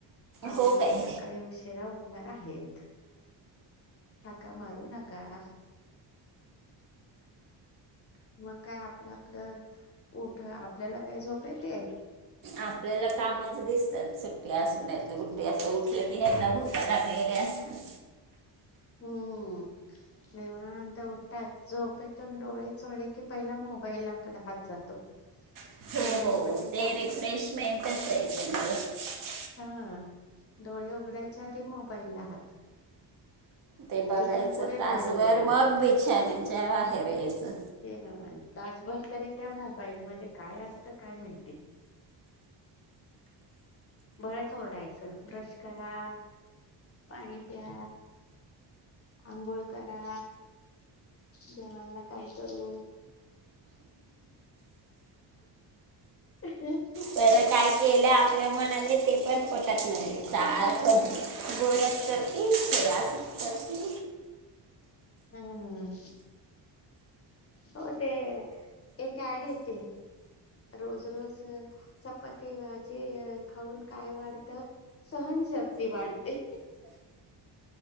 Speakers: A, on the left; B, on the right.
A: आम्ही
B: हो काय
A: सकाळी उशिरा उठणार आहेत. हाका मारू नका. मग काय आपलं आपलं उठ आपल्याला काय झोप येते?
B: आपल्याला कामच दिसतात सुट्टी असूनच गुट्टी अस उठलं की यांना भूका लागलेले असतात.
A: हम्म देव ते उठतात झोपेतून डोळे चोळले की पहिला मोबाईल लाकड हात जातो
B: असतात
A: डोळे
B: हो
A: उघडाय
B: हो रिफ्रेशमेंटच आहे. <inaudible>
A: हा डोळे उघडायच्या आधी मोबाईलला हात
B: ते बघायचं
A: तिथून पुढे डोळे
B: तासभर
A: उघडणार.
B: मग बिछाण्याच्या बाहेर यायचं.
A: हे तासभर तरी त्या मोबाईल मध्ये काय असतं काय माहिती बरंच ओरडायचं ब्रश करा, पाणी पिया, आंघोळ करा. जेवायला काय करू? ह
B: बरं काय केलं आप आपल्या मनाने ते पण प त नाही सारखं
A: पटत नाही.
B: गोऱ्यास करती ते असच करती.
A: हम ह हो ते एक ऍड येते. रोज-रोज चपाती-भाजी खाऊन काय वाढते? सहनशक्ती वाढते.